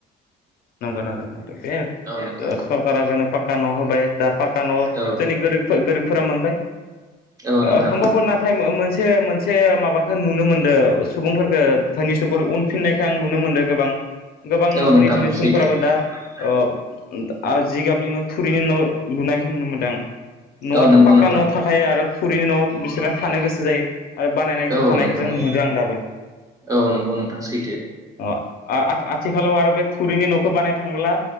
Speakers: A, on the left; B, on the right.
A: नंगौ नंगौ बे
B: औ नोंथां
A: सरकारा जोंनो पाक्का न होबाय दा पाक्का न
B: औ
A: जोंनि गोरिब-गोरिबफोरा मोनबाय
B: औ नोंथां
A: ओ होमबाबो नाथाय मो-मोनसे सो मोन। एसे माबाखौ नुनो मोनदों। सुबुंफोरखौ दानि सुबोर उनफिननाय आं नुनो मोनदों गोबां गोबां
B: औ
A: धोनि
B: नोंथां
A: धोनि सुबुंफोराबो
B: सैथो
A: दा ओ दा आ जिगाबनि न' थुरिनि न' लुनायखौ नुनो मोनदों आं। न'आथ'
B: औ नंगौ
A: पाक्का
B: नोंथां।
A: न' थाखायो आरो थुरिनि न'आव बिसोरा थानो गोसो जायो आरो बानायनायखौ
B: औ
A: थानायखौ
B: नोंथां
A: जों
B: औ
A: नुदों आं दाबो
B: औ नंगौ नोंथां सै
A: अ आ-आथि-आथिखालाव आरो बे थुरिनि न'खौ बानायनो थाङोब्ला